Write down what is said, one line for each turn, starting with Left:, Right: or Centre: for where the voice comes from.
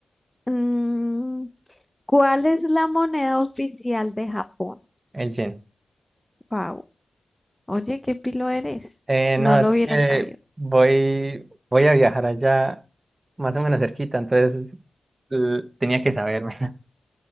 Centre: Mm, ¿cuál es la moneda oficial de Japón?
Right: el Jen.
Centre: Wow. Oye, qué pilo eres.
Right: Eh,
Centre: No
Right: no,
Centre: lo
Right: es
Centre: hubiera
Right: que
Centre: sabido.
Right: voy, voy a viajar allá más o menos cerquita, entonces l- tenía que saberme. <laughs>